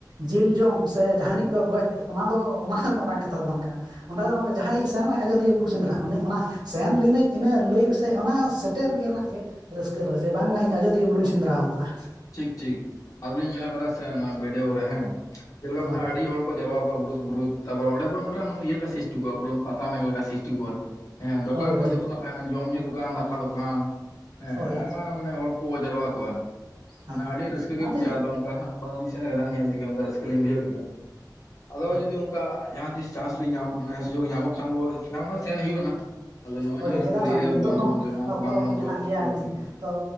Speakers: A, on the right (about 75°); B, on the left (about 50°).
A: ᱡᱤᱞ ᱡᱚᱢ ᱥᱮ ᱡᱟᱦᱟᱱᱤᱡ ᱠᱚ ᱜᱚᱡ ᱚᱱᱟ ᱫᱚ ᱚᱱᱟ ᱫᱚ ᱢᱟᱨᱟᱝ ᱠᱟᱛᱷᱟ ᱫᱚ ᱵᱟᱝ ᱠᱟᱱᱟ ᱾ ᱚᱸᱰᱮ ᱫᱚ ᱚᱱᱮ ᱡᱟᱦᱟᱸᱭ ᱥᱮᱱᱚᱜ ᱟᱣ ᱟᱡᱳᱫᱤᱭᱟᱹ ᱵᱩᱨᱩ ᱥᱮᱸᱫᱽᱨᱟ ᱩᱱᱤ ᱚᱱᱟ ᱥᱮᱱ ᱞᱤᱱᱟᱹᱧ ᱤᱱᱟᱹ ᱞᱟᱹᱭ ᱥᱮ ᱚᱱᱟ ᱥᱮᱴᱮᱨ ᱜᱮ ᱨᱮᱱᱟᱜ ᱜᱮ, ᱨᱟᱹᱥᱠᱟᱹ ᱫᱚ ᱡᱮ ᱵᱟᱝᱢᱟ ᱤᱧ ᱟᱡᱚᱫᱤᱭᱟᱹ ᱵᱩᱨᱩᱧ ᱥᱮᱸᱫᱽᱨᱟ ᱟᱠᱟᱫᱟ ᱾
B: ᱴᱷᱤᱠ ᱴᱷᱤᱠ ᱟᱫᱚᱞᱤᱧ ᱧᱮᱞ ᱟᱠᱟᱫᱟ ᱥᱮ ᱱᱚᱣᱟ ᱵᱷᱤᱰᱭᱳ ᱠᱚᱨᱮ ᱦᱮᱸ ᱡᱮᱞᱮᱠᱟ ᱢᱟᱱᱮ
A: ᱦᱳᱭ
B: ᱟᱹᱰᱤ ᱦᱚᱲ ᱾ ᱠᱚ ᱡᱟᱨᱣᱟ ᱠᱚᱜᱼᱟ ᱵᱩᱨᱩᱫ ᱵᱩᱨᱩᱫ ᱛᱟᱨᱯᱚᱨ ᱚᱸᱰᱮ ᱠᱷᱚᱱ ᱢᱤᱫᱴᱟᱝ ᱤᱭᱟᱹ ᱞᱮᱠᱟ ᱥᱤᱥᱴᱤ ᱠᱚᱜᱼᱟ ᱯᱩᱨᱟᱹ ᱯᱟᱛᱟ ᱢᱮᱱ ᱞᱮᱠᱟ ᱥᱤᱥᱴᱤ ᱠᱚᱜᱼᱟ ᱾ ᱦᱮᱸ, ᱫᱚᱠᱟᱱ
A: ᱦᱳᱭ
B: ᱠᱚ
A: ᱦᱳᱭ
B: ᱡᱚᱛᱚᱱᱟᱜ ᱛᱟᱦᱮᱱᱟ ᱾ ᱡᱚᱢ ᱧᱩ ᱫᱚᱠᱟᱱ, ᱫᱟᱠᱟ ᱫᱚᱠᱟᱱ ᱦᱮᱸ
A: ᱦᱳᱭ
B: ᱟᱭᱢᱟ ᱢᱟᱱᱮ ᱦᱚᱲ ᱾ ᱠᱚ ᱡᱟᱨᱣᱟ ᱠᱚᱜᱼᱟ ᱾ ᱢᱟᱱᱮ
A: ᱦᱳᱭ
B: ᱟᱹᱰᱤ ᱨᱟᱹᱥᱠᱟᱹ
A: ᱚᱱᱟᱛᱮ
B: ᱜᱮ ᱵᱩᱡᱷᱟᱹᱜᱼᱟ ᱟᱫᱚ ᱚᱱᱠᱟ ᱦᱟᱸ ᱵᱟᱝᱞᱤᱧ ᱥᱮᱱ ᱟᱠᱟᱱᱟ, ᱧᱮᱞ ᱛᱮᱜᱮ ᱚᱱᱠᱟ ᱨᱟᱹᱥᱠᱟᱹᱞᱤᱧ ᱵᱩᱡᱷᱟᱹᱣ ᱠᱮᱫᱟ ᱾ ᱟᱫᱚ
A: ᱦᱳᱭ
B: ᱡᱩᱫᱤ ᱚᱱᱠᱟ ᱡᱟᱦᱟᱸ ᱛᱤᱥ ᱪᱟᱱᱥ ᱞᱮ ᱧᱟᱢ ᱢᱟᱱᱮ ᱥᱩᱡᱳᱜ ᱧᱟᱢᱚᱜ ᱠᱷᱟᱱ ᱵᱚᱞᱮ ᱧᱟᱢ ᱠᱷᱟᱱ ᱥᱮᱱ ᱦᱩᱭᱩᱜᱼᱟ ᱦᱟᱸᱜ ᱟᱫᱚ ᱱᱚᱜᱼᱚᱭ
A: ᱦᱳᱭ
B: ᱱᱟᱜ ᱟᱨᱠᱚ
A: ᱪᱮᱫᱟᱜ ᱵᱟᱝ
B: ᱞᱟᱹᱭᱮᱫᱟ
A: ᱱᱤᱛᱚᱜ
B: ᱵᱚᱱᱫᱚ
A: ᱦᱚᱸ
B: ᱵᱚᱱᱫᱚ ᱾ ᱱᱚᱣᱟ
A: ᱚᱠᱛᱚ
B: ᱫᱚ ᱵᱟᱝ ᱵᱚᱱᱫᱚ
A: ᱢᱮᱱᱟᱜ
B: ᱚᱪᱚ
A: ᱜᱮᱭᱟ
B: ᱞᱟᱹᱠᱛᱤ ᱠᱟᱱᱟ ᱾
A: ᱛᱚ